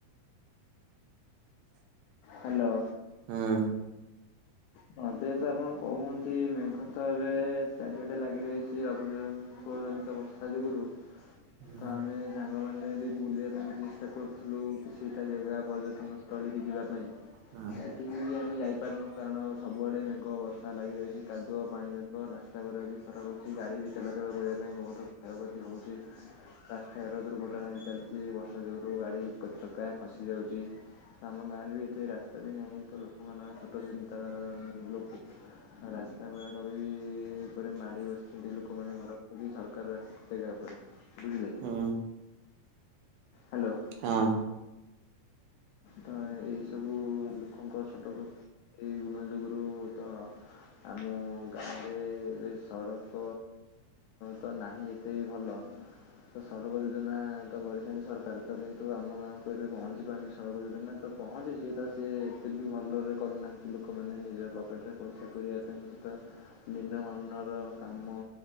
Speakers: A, on the left; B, on the right.
A: ହାଲୋ।
B: ହୁଁ <inaudible>
A: ହଁ ଯେହେତୁ ଆପଣ କୁହନ୍ତି ମେଘ ତ ଏବେ ଚାରିଆଟେ ଲାଗି ଯାଇଚି ଲଘୁଚାଉଁ ପୌଜଣିତ ବର୍ଷା ଯୋଗୁରୁ
B: ହୁଁ
A: ତା ହେଲେ ସାଙ୍ଗମାନେ ବି ବୁଲିବା ପାଇଁ ଚେଷ୍ଟା କରୁଥିଲୁ। କିଛିଟା ଜାଗା ପର୍ଯ୍ୟଟନ ସ୍ଥଳୀକୁ ଯିବା ପାଇଁ।
B: ହୁଁ।
A: ଏଠିକି ବି ଆମେ ଯାଇପାରୁନୁ କାରଣ ସବୁଆଡେ ମେଘ ବର୍ଷା ଲାଗି ରହିଚି। କାଦୁଅ ପାଣି ତରାସ୍ତା ଗୁରା ବି ଖରାପ୍ ଅଛି। ଗାଡି ବି ଚଲାଚଳ କରିବା ପାଇଁ ବହୁତ କ୍ଷୟକ୍ଷତି ହୋଉଚି ରାସ୍ତାର ଦୁର୍ଘଟଣା ବି ଚାଲିଚି। ବର୍ଷା ଯୋଗୁରୁ ଗାଡ଼ି ଚକା ଖସି ଯାଉଚି ଆମ ଗାଁରେ ବି ରାସ୍ତାରେ ହେଇଁ ତ ଲୋକମାନଙ୍କ ଛୋଟ ଚିନ୍ତାଧାରା ଲୋକ ରାସ୍ତା ଗୁଡାକ ବି ଉପରେ ମାଡି ବସିଛନ୍ତି ଲୋକମାନେ ଘରକରିକି ସରକାର ରାସ୍ତା। ଜେଗା ଉପରେ। ବୁଝିଲେ?
B: ହୁଁ
A: ହାଲୋ।
B: ହଁ।
A: ତ ଏହିସବୁ ଲୋକଙ୍କ ଛୋଟପ୍ରକୃତି ଗୁଣ ଯୋଗୁରୁ ତ ଆମ ଗାଁରେ ଏ ସଡକ ତ ନାହିଁ ଏତେ ବି ଭଲ। ତ ସଡକ ଯୋଜନା ତ କରିଛନ୍ତି ସରକାର। ତ କିନ୍ତୁ ଆମ ଗାଁକୁ ଏବେ ପହଞ୍ଚି ପାରିନି ସଡକ ଯୋଜନା ତ ପହଞ୍ଚିଛି ତ ସେ ଏତେ ବି ଭଲରେ କରିନାହାନ୍ତି। ଲୋକମାନେ ନିଜର ପକେଟ୍ ରେ ପଇସା କରିବା ପାଇଁ ସେଟା ନିମ୍ନମାନର କାମ